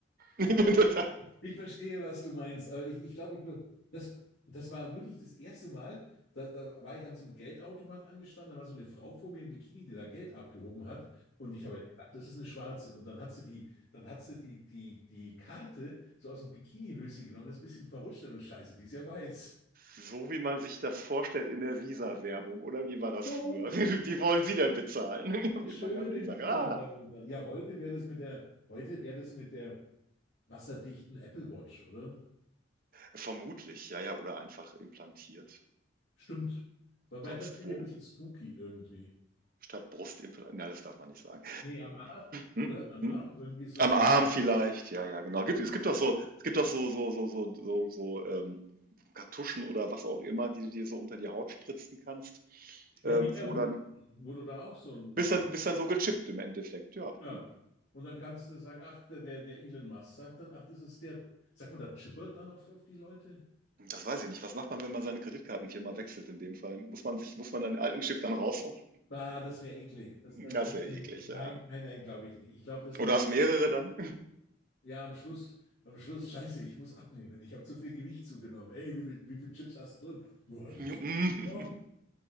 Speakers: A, on the right (about 50°); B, on the left (about 70°).
A: Mhm. <laughs>
B: ich verstehe, was du meinst, aber ich, ich glaube, ich, würd- das, das war wirklich das erste Mal, da, da war ich an so einem Geldautomat angestanden, da war so eine Frau vor mir im Bikini, die da Geld abgehoben hat und ich habe halt gedacht, das ist eine Schwarze und dann hat sie die, dann hat sie die, die, die Karte so aus dem Bikinihöschen genommen, das ist ein bisschen verrutscht und Scheiße, die ist ja weiß.
A: So wie man sich das vorstellt in der Visa-Werbung, oder wie war das
B: So,
A: früher?
B: um-
A: <laughs> Wie wollen Sie denn bezahlen? <laughs>
B: Die
A: Mit
B: Schöne
A: meiner Visa.
B: Visa-Werbung.
A: Ah,
B: das. Ja, heute wäre das mit der, heute wäre das mit der wasserdichten Apple Watch, oder?
A: Vermutlich, ja, ja, oder einfach implantiert.
B: Stimmt. Wobei
A: Sonst
B: das finde
A: wo.
B: ich ein bisschen spooky irgendwie.
A: Statt Brustimplantat. Nein, das darf man nicht sagen.
B: Nee, am Arm,
A: Hm?
B: oder? Am
A: Hm?
B: Arm irgendwie so
A: Am
B: ein.
A: Arm vielleicht, ja, ja, genau. Gibt, es gibt doch so, es gibt doch so, so, so, so, so, so ähm, Kartuschen oder was auch immer, die du dir so unter die Haut spritzen kannst,
B: Ja,
A: ähm,
B: wie bei Hunden,
A: wo dann
B: wo du da auch so ein.
A: bist dann, bist dann so gechippt im Endeffekt, ja.
B: Ja.
A: Hm?
B: Und dann kannst du sagen, ach, der, der, der Elon Musk sagt dann, ach, das ist der. Sagt man da chippert dann auf, auf die Leute?
A: Das weiß ich nicht. Was macht man, wenn man seine Kreditkartenfirma wechselt in dem Fall? Muss man sich, muss man dann den alten Chip dann rausholen?
B: Ah, das wäre eklig. Das, das
A: Das wäre
B: wär
A: eklig,
B: nicht, nein,
A: ja.
B: nein, nein, glaube ich nicht. Ich glaube, das ist
A: Oder
B: ja.
A: hast mehrere dann?
B: Ja, am Schluss, am Schluss, scheiße, ich muss abnehmen. Ich habe zu viel Gewicht zugenommen. Ey, wie viel, wie viel Chips hast du drin? Nur also
A: <laughs> Wie,
B: zehn Kilo.